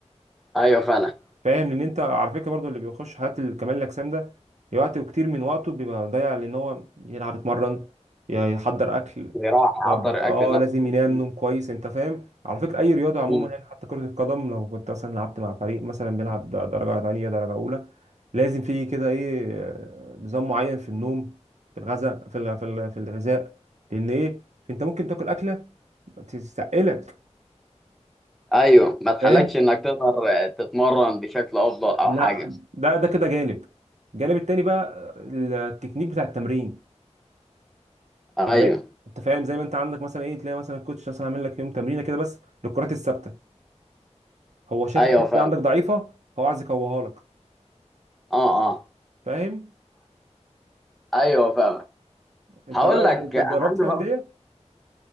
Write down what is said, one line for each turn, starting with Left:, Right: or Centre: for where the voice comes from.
Centre: ايوه فعلا
Right: فاهم ان انت على فكره برضو اللي بيخش حالات كمال الاجسام ده وقت كتير من وقته بيبقى ضايع لان هو يلعب يتمرن ي- يحضر اكل
Centre: ويروح يحضر
Right: يظبط اه
Centre: اكل نفسه
Right: لازم ينام
Centre: مم.
Right: نوم كويس انت فاهم على فكره اي رياضه عموما
Centre: مم.
Right: يعني حتى كره القدم لو كنت مثلا لعبت مع فريق مثلا بيلعب د- درجه ثانيه درجه اولى لازم في كده ايه آه، نظام معين في النوم في الغذاء في الغ- في الغ- في الغذاء لان ايه انت ممكن تاكل اكله تستقلك
Centre: ايوه ما تخلكش
Right: فاهم
Centre: انك تقدر تتمرن بشكل افضل او
Right: لا
Centre: حاجه
Right: ده ده كده جانب الجانب التاني بقى آه، التكنيك بتاع التمرين
Centre: ايوه
Right: انت زي انت فاهم زي ما انت عندك مثلا ايه تلاقي مثلا الكوتش مثلا عامل لك يوم تمرينه كده بس للكرات الثابته هو شايف
Centre: ايوه
Right: الحته
Centre: فاهم
Right: دي عندك ضعيفه هو عايز يقويها لك
Centre: اه اه
Right: فاهم
Centre: ايوه فاهم
Right: انت
Centre: هقول
Right: بقى
Centre: لك
Right: انت أنت
Centre: انا
Right: اتدربت
Centre: عندي
Right: في
Centre: برضه
Right: انديه